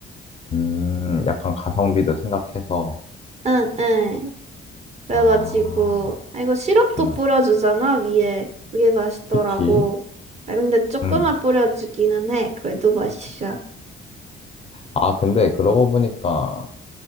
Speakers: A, on the left; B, on the right.
A: 음, 약간 가성비도 생각해서.
B: 응, 응. 그래가지고,
A: 아,
B: 아, 이거 시럽도
A: 응,
B: 뿌려주잖아, 위에. 그게 맛있더라고.
A: 그치.
B: 아, 근데 조금만
A: 응
B: 뿌려주기는 해. 그래도 맛있어.
A: 아, 근데 그러고 보니까